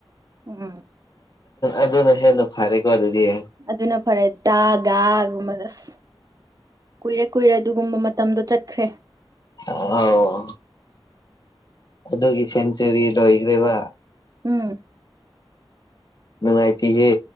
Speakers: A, on the right (about 40°); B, on the left (about 45°).
A: ꯑꯣ
B: ꯑꯗꯨꯅ ꯍꯦꯟꯅ ꯐꯔꯦꯀꯣ ꯑꯗꯨꯗꯤ
A: ꯑꯗꯨꯅ ꯐꯔꯦ ꯗ ꯒꯥ ꯒꯨꯝꯕꯒꯁ ꯀꯨꯏꯔꯦ ꯀꯨꯏꯔꯦ ꯑꯗꯨꯒꯨꯝꯕ ꯃꯇꯝꯗꯣ ꯆꯠꯈ꯭ꯔꯦ
B: ꯑꯣꯥꯎ ꯑꯗꯨꯒꯤ ꯁꯦꯟꯆꯨꯔꯤ ꯂꯣꯏꯈ꯭ꯔꯦꯕ
A: ꯎꯝ
B: ꯅꯨꯉꯥꯏꯇꯦ ꯍꯦ